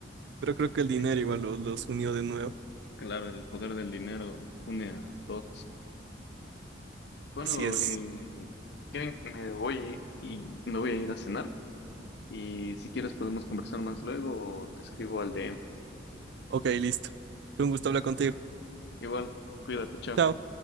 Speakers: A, on the right; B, on the left.
A: pero creo que el dinero
B: sí,
A: igual los, los unió de nuevo.
B: Claro, el poder del dinero une a todos. Bueno,
A: Así es.
B: eh, ¿quieren? me voy y me voy a ir a cenar y si quieres podemos conversar más luego o te escribo al DM.
A: Ok, listo. Fue un gusto hablar contigo.
B: Igual, cuídate, chao.
A: Chao.